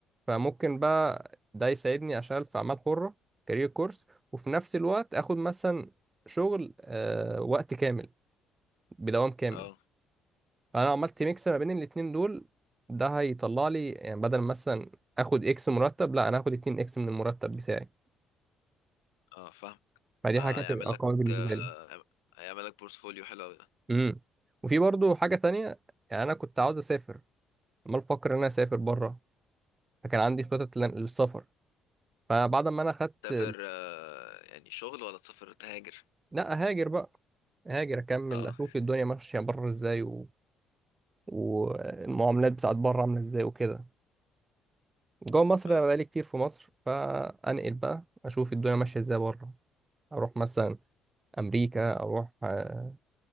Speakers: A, on the right; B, on the left.
A: فممكن بقى ده يساعدني اشتغل في اعمال حرة كارير كورس وفي نفس الوقت اخد مثلا شغل آه وقت كامل بدوام كامل
B: اه
A: فانا عملت ميكس ما بين الاتنين دول ده هيطلع لي يعني بدل مثلا اخد اكس مرتب لا انا هاخد 2 اكس من المرتب بتاعي
B: اه فاهم
A: فدي
B: آه،
A: حاجة
B: هيعمل
A: تبقى
B: لك
A: قوية بالنسبة
B: آه،
A: لي
B: هيعمل لك بورتفوليو حلو قوي ده
A: امم وفي برضو حاجة تانية يعني انا كنت عاوز اسافر عمال بفكر ان انا اسافر بره فكان عندي خطط لل- للسفر فبعد ما انا خدت
B: تسافر آه، يعني شغل ولا تسافر تهاجر
A: لا هاجر بقى هاجر اكمل
B: اه
A: اشوف الدنيا ماشيه بره ازاي و... والمعاملات بتاعت بره عامله ازاي وكده جوه مصر
B: اه
A: انا بقالي كتير في مصر فانقل بقى اشوف الدنيا ماشيه ازاي بره اروح مثلا امريكا اروح آه،